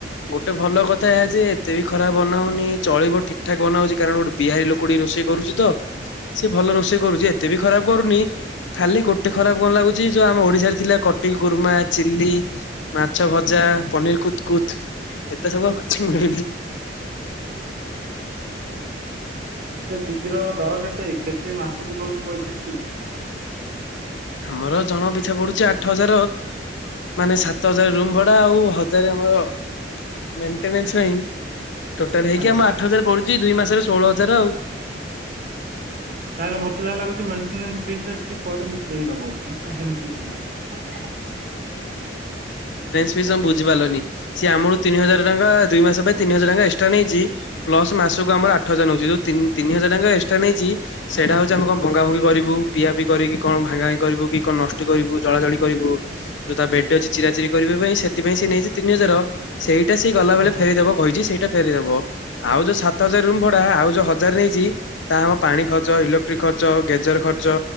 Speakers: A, on the left (about 85°); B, on the right (about 50°).
A: ଗୋଟେ ଭଲ କଥା ଏହା ଯେ ଏତେ ବି ଖରାପ ବନାଉନି ଚଳିବ ଠିକ ଠାକ ବନାଉଛି କାରଣ ଗୋଟେ ବିହାରୀ ଲୋକ କୋଡି ରୋଷେଇ କରୁଛି ତ ସିଏ ଭଲ ରୋଷେଇ କରୁଛି ଏତେ ବି ଖରାପ କରୁନି ଖାଲି ଗୋଟେ ଖରାପ କଣ ଲାଗୁଛି ଯୋଉ ଆମ ଓଡିଶାରେ ଥିଲା କଟି ଗୁର୍ମା ଚିଲି ମାଛ ଭଜା ପନିର କୁ କଚ ଏତେ ସମୟଚ ମିନି
B: ପିଜି ର ଦର କେତେ କେତେ ମାସକୁ ନଉଛି ପଇସା ସ
A: ଆମର ଜଣ ପିଛା ପଡୁଛି ଆଠ ହଜାର ମାନେ ସାତ ହଜାର ରୁମ ଭଡା ଆଉ ହଜାର ଆମର ମେଣ୍ଟେନ୍ ନାଇଁ ଟୋଟାଲ ହେଇକି
B: ଆଚ୍ଛା
A: ଆମ
B: ଆଚ୍ଛା
A: ଆଠ ହଜାର ପଡୁଛି ଦୁଇ ମାସରେ ଷୋହଳ ହଜାର ଆଉ।
B: ତାହେଲେ ମତେ ଯାହା ଲାଗୁଛି ମେଣ୍ ସେ ପରେ ଦେଇଦବ ନା ସେମିତି କିଛି ନାହିଁ
A: ବି ପାରିଲି ସି ଆମର ତିି ହଙ୍କ ଦ ମାସ ପାଇଁ ତିନି ହାର ଏ ପ ମାସକୁ ଆମର ଆଠ ହଜାର ନଉଛି ଯଉ ତିନି ହଜାର ଟଙ୍କା ଏକ୍ସଟ୍ରା ନେଇଛି। ସେଇଟା ହଉଛି ଆମେ କଣ ଭଙ୍ଗା ଭଙ୍ଗି କରିବୁ ପିଆ ପିଇ କରିକି କଣ ଭା ଭାି କରିବୁ କି କଣ ନଷ୍ଟ କରିବୁ ଜଳାଜଳି କରିବୁ ଯୋଉ ତା ବେଡ ଅଛି ଚିରା ଚିରି କରିବା ପାଇଁ ସେଥିପାଇଁ ସେ ନେଇଛି ତିନି ହଜାର ସେଇ ସେଇଟା ସେ ଗଲାବେଳେ
B: ହଁ ହଁ
A: ଫେରିଦବ କହିଛି, ସେଇଟା ଫେରିଦବ ଆଉ ଯୋଉ ସାତ ହଜାର ରୁମ ଭଡା ଆଉ ଯୋଉ ନଜାର ନେଇଛି ତା ଆମ ପାଣି ଖଚ ଖର୍ଚେଜର ଖର୍ଚ୍ଚ